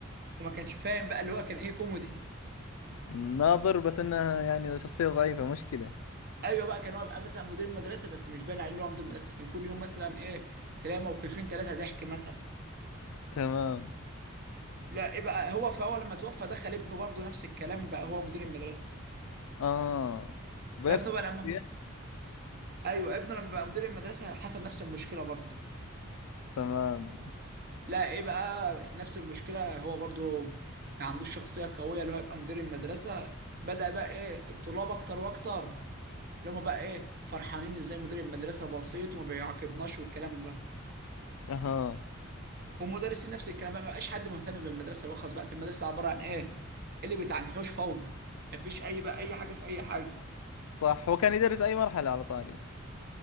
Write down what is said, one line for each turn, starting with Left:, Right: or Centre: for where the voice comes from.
Right: وما كانش فاهم بقى اللي هو كان ايه كوميدي
Left: <laughs> ناظر بس انها يعني شخصية ضعيفة مشكلة
Right: ايوه بقى كان هو بقى مثلا مدير مدرسه بس مش باين عليه ان هو مدير مدرسه كان كل يوم مثلا ايه تلاقي موقفين ثلاثه ضحك مثلا
Left: تمام
Right: لا ايه بقى هو فهو لما توفى دخل ابنه برضه نفس الكلام بقى هو مدير المدرسه
Left: اه بنفس
Right: فابنه
Left: الشخصية
Right: بقى لما ايوه ابنه لما بقى مدير المدرسه حصل نفس المشكله برضه
Left: تمام
Right: لا ايه بقى نفس المشكله هو برضه ما عندوش شخصيه قويه اللي هو يبقى مدير المدرسه بدأ بقى ايه الطلاب اكتر واكتر اللي هما بقى ايه فرحانين ازاي مدير المدرسه بسيط وما بيعاقبناش والكلام ده
Left: اها
Right: والمدرسين نفس الكلام بقى ما بقاش حد مهتم بالمدرسه بقى خلاص بقت المدرسه عباره عن ايه اللي بيتعنحوش فوضى مفيش اي بقى اي حاجه في اي حاجه
Left: صح هو كان يدرس اي مرحلة على طاري